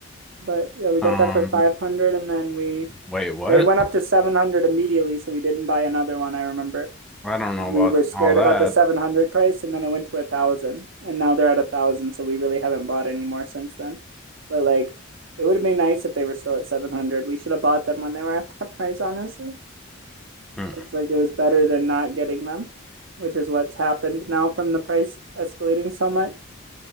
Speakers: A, on the right; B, in the centre.
A: But yeah, we got
B: Um,
A: that for 500 and then we
B: wait, what?
A: they went up to 700 immediately, so we didn't buy another one, I remember.
B: I don't know
A: 'Cause we
B: about
A: were scared
B: all that.
A: about the 700 price and then it went to a 1,000 and now they're at a 1,000, so we really haven't bought any more since then. But like it would have been nice if they were still at 700. We should have bought them when they were at that price, honestly.
B: Hmm.
A: It's like it was better than not getting them, which is what's happened now from the price escalating so much.